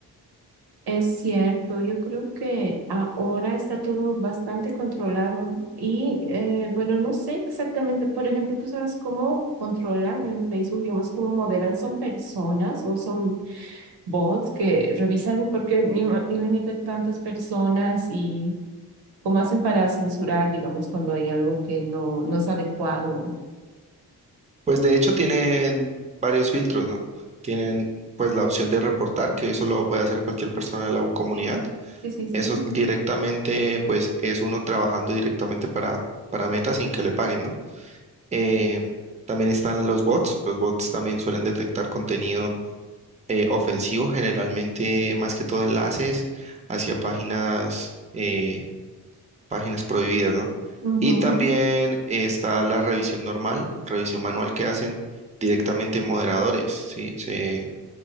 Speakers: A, on the right (about 65°); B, on the right (about 15°).
A: es cierto. Yo creo que ahora está todo bastante controlado. Y eh, bueno, no sé exactamente, por ejemplo, tú sabes cómo controlan en Facebook, digamos, cómo moderan, son personas o son bots que revisan, porque ima- imagínate tantas personas y cómo hacen para censurar, digamos, cuando hay algo que no, no es adecuado.
B: Pues de hecho tienen varios filtros, ¿no? Tienen pues la opción de reportar, que eso lo puede hacer cualquier persona de la comunidad.
A: Sí, sí, sí, sí.
B: Eso es directamente, pues es uno trabajando directamente para, para Meta sin que le paguen, ¿no? Eh, también están los bots. Los bots también suelen detectar contenido eh, ofensivo, generalmente más que todo enlaces hacia páginas. eh, páginas prohibidas, ¿no?
A: Ujú,
B: Y también está la revisión normal, revisión manual que hacen directamente moderadores, ¿sí? Se